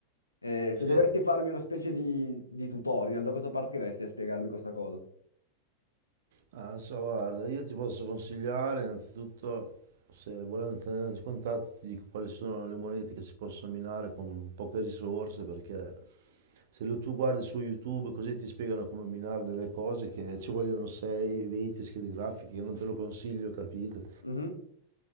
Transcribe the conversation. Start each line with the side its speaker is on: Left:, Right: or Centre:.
Left: Eh,
Right: Sì,
Left: se dovessi farmi una specie di, di tutorial, da cosa partiresti a spiegarmi questa cosa?
Right: ah, so, guarda, io ti posso consigliare innanzitutto, se volendo tenere in contatto, ti dico quali sono le monete che si possono minare con poche risorse, perché se lo tu guardi su YouTube così ti spiegano come minare delle cose che ci vogliono 6, 20 schede grafiche, che non te lo consiglio, capito?
Left: Mhm.